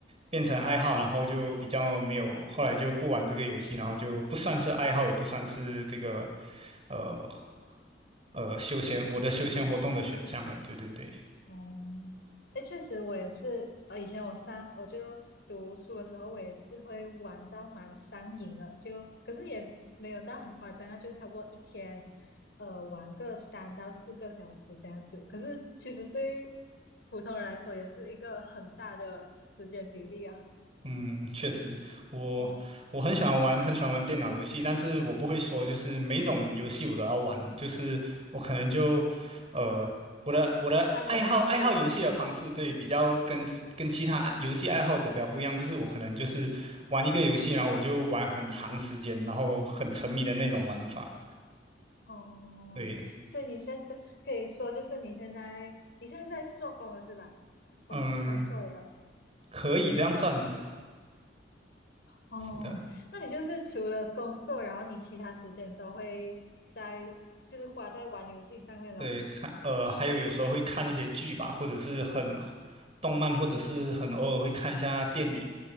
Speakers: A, on the right; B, on the left.
A: 变成爱好，然后就比较没有，后来就不玩这个游戏，然后就不算是爱好，也不算是这个呃呃休闲我的休闲活动的选项了。对对对。
B: 哦，哎，确实我也是，呃，以前我上我就读书的时候，我也是会玩到蛮上瘾的，就可是也没有到很夸张啊，就差不多一天，呃，玩个三到四个小时这样子。可是其实对于普通人来说，也是一个很大的时间比例啊。
A: 嗯，确实，我我很喜欢玩，
B: 嗯，
A: 很喜欢玩电脑游戏，但是我不会说，就是每种游戏我都要玩，就是我可能就，呃，我的我的爱好爱好游戏的方式，
B: 看有兴趣的
A: 对，比较跟跟其他爱游戏爱好者比较不一样，就是我可能就是玩一个游戏，然后我就玩很长时间，然后很沉迷的那种玩法，
B: 哦，
A: 对，
B: 所以你现在可以说，就是你现在你现在在做工了是吧？工工作了。
A: 嗯，可以这样算
B: 哦，
A: 的，
B: 那你就是除了工作，然后你其他时间都会在，就是花在玩游戏上面咯。
A: 对，看，呃，还有有时候会看一些剧吧，或者是很动漫，或者是很偶尔会看一下电影，